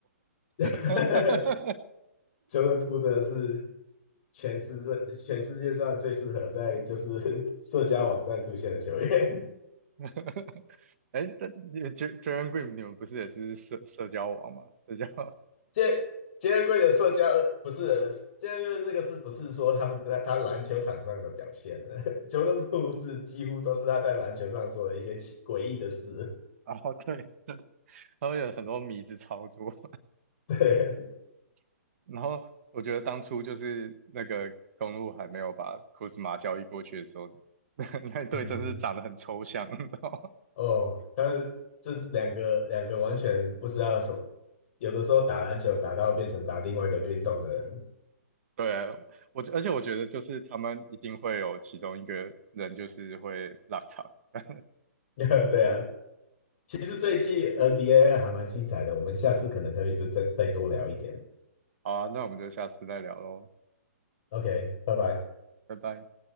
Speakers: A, on the left (about 45°); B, on the right (about 55°).
A: <laughs>
B: a <laughs>
A: 就 o r 真的是。全世界全世界上最适合在就是 <laughs> 社交网站出现的球员。
B: <laughs> 哎，但你 J- Jalen Green 你们不是也是社社交网吗？社交，<laughs>
A: <laughs> 杰杰伦贵的社交呃不是杰伦贵那个是不是说他们在他篮球场上的表现呢球 o <laughs> 布是几乎都是他在篮球上做的一些奇诡异的事。
B: 哦，对，他们有很多迷之操作。
A: <laughs> 对，
B: <laughs> 然后我觉得当初就是那个公路还没有把库兹马交易过去的时候，<laughs> 那队真是长得很抽象，
A: 嗯，
B: 你知道吗
A: 哦，但是这是两个两个完全不知道什么，有的时候打篮球打到变成打另外一个运动的人。
B: 对，我而且我觉得就是他们一定会有其中一个人就是会落场。<laughs>
A: <laughs> 对啊，其实这一季 NBA 还蛮精彩的，我们下次可能可以就再再多聊一点。
B: 好啊，那我们就下次再聊喽，
A: OK，拜拜。
B: 拜拜。